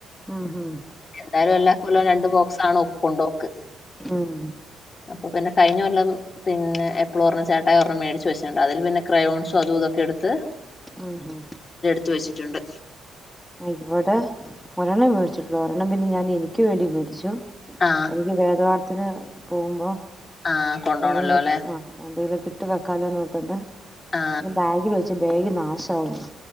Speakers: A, in the centre; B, on the left.
A: ആഹ്
B: എന്താലും എല്ലാം കൊല്ലം രണ്ടു ബോക്സ ആണോപ്പ് കൊണ്ടോക്ക്
A: ഉം ഉം
B: അപ്പൊ പിന്നെ കഴിഞ്ഞ കൊല്ലം പിന്നെ എപ്പളൊ ഓരെണം ചേട്ടായി ഒരെണ്ണം മേടിച്ച് വെച്ചിട്ടുണ്ട് അതില് പിന്നെ ക്രയോൺസും അതും ഇതൊക്കെ എടുത്ത്
A: ഉം ഉം
B: ത്ത് വെച്ചിട്ടുണ്ട്
A: ഇവിടെ ഒരെണ്ണം മേടിച്ചിട്ടുള്ളു ഒരെണ്ണം പിന്നെ ഞാൻ എനിക്ക് വേണ്ടി മേടിച്ചു
B: ആ,
A: എനിക്ക് വേദവാ അതിന് പോകുമ്പോ
B: ആ കൊണ്ടോണല്ലോ
A: എന്തെനു
B: അല്ലേ?
A: ആ എന്തെലൊക്കേ കി വെക്കാലൊന്നോർത്തിട്ട്
B: ആ,
A: ബാഗി വച്ച ബേഗ് നാശാകുന്നു